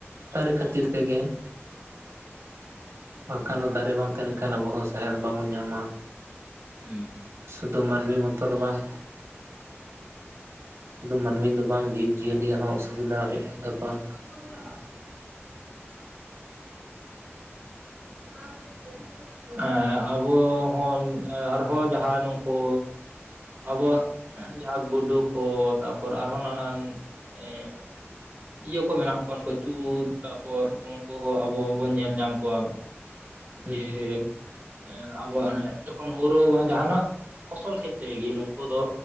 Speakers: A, on the right; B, on the right.
A: ᱫᱟᱨᱮ ᱠᱷᱟᱹᱛᱤᱨ ᱛᱮᱜᱮ ᱵᱟᱝᱠᱷᱟᱱ ᱫᱚ ᱫᱟᱨᱮ ᱵᱟᱝ ᱛᱟᱦᱮᱸ ᱞᱮᱱᱠᱷᱟᱱ ᱟᱵᱚ ᱦᱚᱸ ᱥᱟᱦᱮᱫ ᱵᱟᱵᱚᱱ ᱧᱟᱢᱟ᱾
B: ᱦᱩᱸ
A: ᱥᱩᱫᱩ ᱢᱟᱹᱱᱢᱤ ᱢᱚᱛᱚ ᱫᱚ ᱵᱟᱝ ᱥᱩᱫᱷᱩ ᱢᱟᱹᱱᱢᱤ ᱫᱚ ᱵᱟᱝ ᱡᱤᱵᱽᱡᱤᱭᱟᱹᱞᱤᱭᱟᱜ ᱦᱚᱸ ᱚᱥᱩᱵᱤᱫᱷᱟ ᱦᱩᱭᱩᱜ ᱠᱟᱱ ᱛᱟᱠᱚᱣᱟ
B: ᱩᱠᱩᱨᱣᱟ ᱚᱠᱟ ᱥᱮᱫ ᱛᱮ ᱪᱮᱫ ᱪᱚᱝ ᱮᱸ ᱟᱵᱚ ᱦᱚᱸ ᱟᱨᱦᱚᱸ ᱡᱟᱦᱟᱸ ᱱᱩᱝᱠᱩ᱾ ᱟᱵᱚᱣᱟᱜ ᱦᱮᱸᱡᱟᱦᱟᱸ ᱜᱩᱰᱩ ᱠᱚ ᱛᱟᱯᱚᱨ ᱟᱨᱦᱚᱸ ᱱᱟᱱᱟᱱ ᱮᱸ ᱤᱭᱟᱹ ᱠᱚ ᱢᱮᱱᱟᱜ ᱠᱚᱣᱟ ᱱᱩᱠᱩ ᱪᱩᱛ ᱛᱟᱯᱚᱨ ᱱᱩᱝᱠᱩ ᱦᱚᱸ ᱟᱵᱚ ᱵᱚᱱ ᱧᱮᱞ ᱧᱟᱢ ᱠᱚᱣᱟ᱾
A: ᱦᱩᱸ
B: ᱡᱮ ᱮᱸ ᱟᱵᱚᱣᱟᱜ ᱚᱱᱮ ᱡᱚᱠᱷᱚᱱ ᱦᱩᱲᱳ ᱵᱟᱝ ᱡᱟᱦᱟᱱᱟᱜ ᱯᱷᱚᱥᱚᱞ ᱠᱷᱮᱛ ᱛᱮᱜᱮ ᱱᱩᱝᱠᱩ ᱫᱚ